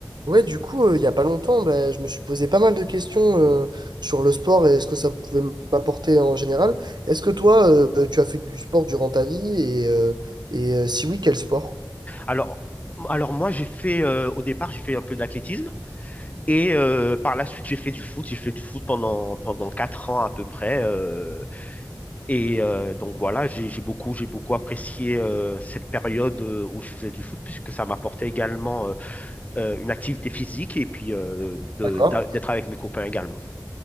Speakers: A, on the right; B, on the left.
A: Ouais, du coup, euh, il y a pas longtemps, ben, je me suis posé pas mal de questions euh, sur le sport et ce que ça pouvait m'apporter en général. Est-ce que toi, euh, euh, tu as fait du sport durant ta vie et, euh, et euh, si oui, quel sport?
B: Alors, alors moi, j'ai fait, euh, au départ, j'ai fait un peu d'athlétisme. Et euh, par la suite, j'ai fait du foot. J'ai fait du foot pendant, pendant 4 ans à peu près. euh, et euh, donc voilà, j'ai j'ai beaucoup, j'ai beaucoup apprécié euh, cette période euh, où je faisais du foot, puisque ça m'apportait également euh, euh, une activité physique et puis euh, de-
A: D'accord.
B: d'a- d'être avec mes copains également.